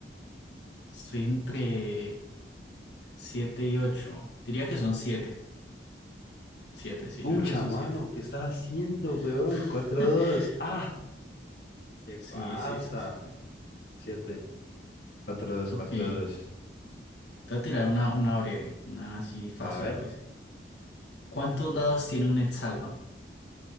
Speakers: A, on the left; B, on the left.
A: estoy entre 7 y ocho Diría que son siete siete sí,
B: Pucha,
A: yo creo que son
B: mano,
A: siete
B: ¿qué estás haciendo,
A: <laughs>
B: weón? Cuatro dos. Ah, ¿qué pasa?
A: Sí, siete 7.
B: Siete, cuatro dos,
A: Ok,
B: cuatro
A: te
B: dos.
A: voy a tirar una, una breve, una así fácil,
B: A ver.
A: pues. ¿Cuántos lados tiene un hexágono?